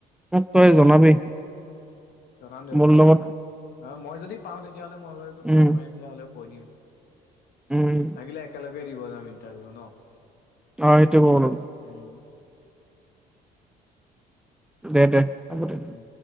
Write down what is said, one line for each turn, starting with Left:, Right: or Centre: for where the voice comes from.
Centre: মোক তই জনাবি।
Left: জনাম দে
Centre: মোৰ
Left: জনাম
Centre: লগত
Left: মই যদি পাওঁ দে তেতিয়াহ'লে মই বাৰু তোক
Centre: উম,
Left: ফোন মাৰি পেলাই হ'লে কৈ দিম।
Centre: উম।
Left: লাগিলে একেলগে এইটোৱেই দিব যাম ইণ্টাৰভিউ ন?
Centre: অ সেইটো <unintelligible>
Left: উম
Centre: দে দে হ'ব দে
Left: উম